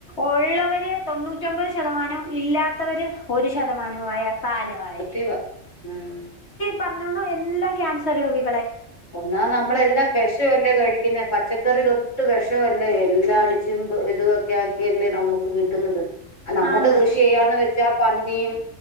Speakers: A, on the left (about 55°); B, on the left (about 75°).
A: ഒള്ളവര് തൊണ്ണൂറ്റൊമ്പത് ശതമാനം ഇല്ലാ ത്തവര് ഒരു ശതമാനവായ കാലവാഴി
B: ക്കുവാ ഉം
A: പറ്ഞ്ഞോണം എല്ലാം ക്യാൻസർ രോഗി
B: ഒന്നാമെ നമ്മളെല്ലാം വെഷവല്ലേ കഴിക്കുന്നെ പച്ചക്കറി തൊട്ട് വെഷവല്ലേ എല്ലാ അടിച്ചും പ് ഇത് തൊക്കെ ആക്കിയല്ലേ നമ്മക്കും കിട്ടുന്നത് ആഹ് നമ്മക്ക്
A: ആന്ന്
B: കൃഷി ചെയ്യാന്ന് വെച്ചാ പന്നിയും